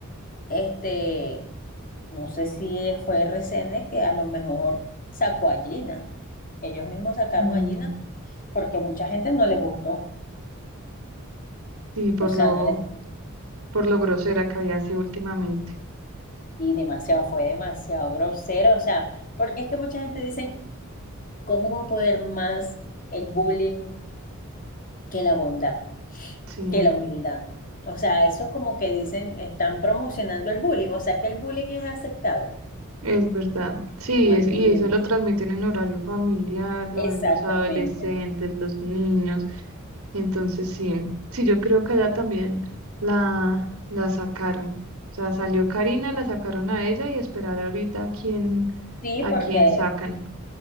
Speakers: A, on the left (about 40°); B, on the right (about 85°).
A: este, no sé si fue RCN que a lo mejor sacó a Gina. Ellos mismos sacaron
B: mm,
A: a Gina porque mucha gente no les gustó.
B: sí, por
A: O sea,
B: lo,
A: no les
B: por lo grosera que había sido últimamente.
A: y demasiado, fue demasiado grosero. O sea, porque es que mucha gente dice, ¿cómo va a poder más el bullying que la bondad,
B: Sí.
A: que la humildad. O sea, eso como que dicen, están promocionando el bullying, o sea que el bullying es aceptado,
B: Es verdad, sí,
A: no es
B: es, y
A: muy bien
B: eso lo
A: visto.
B: transmiten en horario familiar, lo
A: Exactamente.
B: ven los adolescentes, los niños, entonces sí, sí, yo creo que allá también la, la sacaron, o sea, salió Karina, la sacaron a ella y esperar ahorita a quién,
A: Sí,
B: a
A: porque
B: quién sacan.